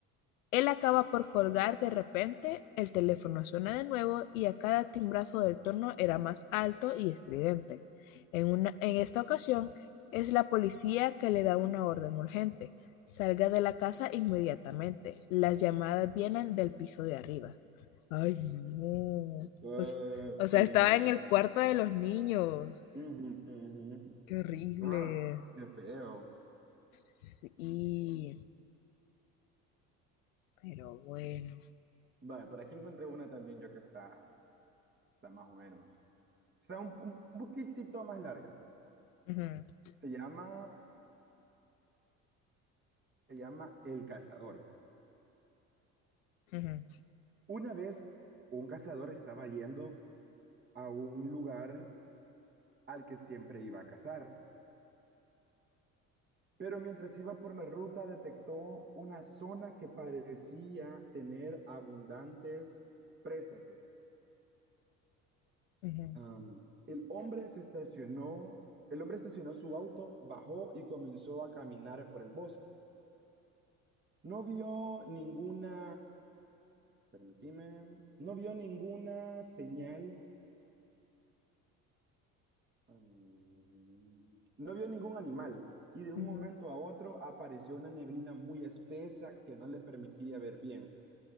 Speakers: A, on the left (about 65°); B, on the right (about 25°).
A: Él acaba por colgar de repente, el teléfono suena de nuevo y a cada timbrazo del tono era más alto y estridente. En una- en esta ocasión es la policía que le da una orden urgente. Salga de la casa inmediatamente. Las llamadas vienen del piso de arriba. Ay, no.
B: Ah,
A: O, o sea,
B: eh,
A: estaba en el cuarto de los niños.
B: ujú, ujú.
A: Qué horrible.
B: Ah, qué feo.
A: Sí, pero bueno.
B: Vale, por aquí encontré una también yo que está, está más o menos. O sea, un, un poquitito más larga.
A: Ujú,
B: Se llama, se llama El Cazador.
A: ujú,
B: Una vez un cazador estaba yendo a un lugar al que siempre iba a cazar, pero mientras iba por la ruta detectó una zona que parecía tener abundantes presas.
A: ujú,
B: Am, el hombre se estacionó, el hombre estacionó su auto, bajó y comenzó a caminar por el bosque. No vio ninguna, permíteme, no vio ninguna señal, mm, no vio ningún animal y de un
A: ujú,
B: momento a otro apareció una neblina muy espesa que no le permitía ver bien.